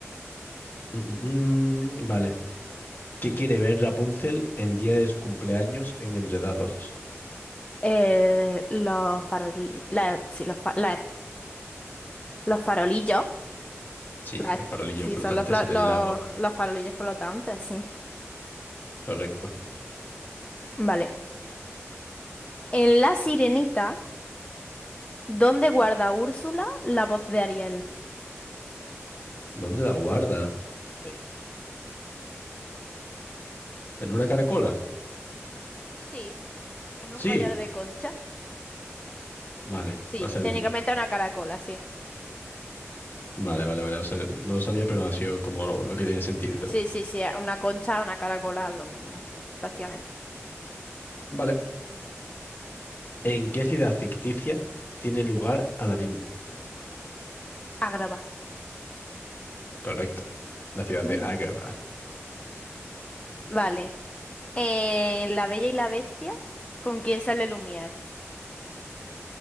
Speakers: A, on the left; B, on the left.
A: Mm, mm, mm, vale. ¿Qué quiere ver Rapunzel el día de su cumpleaños en Enredados?
B: Eh, los faroli- la- sí, los, fa- la- los farolillos.
A: Sí,
B: La-
A: los farolillos
B: sí,
A: flotantes
B: son los, fla-
A: en
B: los,
A: el lago.
B: los farolillos flotantes, sí.
A: Correcto.
B: Vale. En La Sirenita, ¿dónde guarda Úrsula la voz de Ariel?
A: ¿Dónde la guarda?
B: Sí,
A: ¿En una caracola?
B: sí. En un
A: Sí.
B: collar de concha.
A: Vale.
B: Sí,
A: O sea,
B: técnicamente
A: en
B: una caracola, sí.
A: Vale, vale, vale. O sea, no lo sabía, pero ha sido como lo, lo que tenía sentido.
B: Sí, sí, sí, una concha, una caracola, lo mismo, prácticamente.
A: Vale. ¿En qué ciudad ficticia tiene lugar Aladdin?
B: Agrava.
A: Correcto. La ciudad
B: Mm.
A: de Agrabah.
B: Vale. En La Bella y la Bestia, ¿con quién sale Lumière?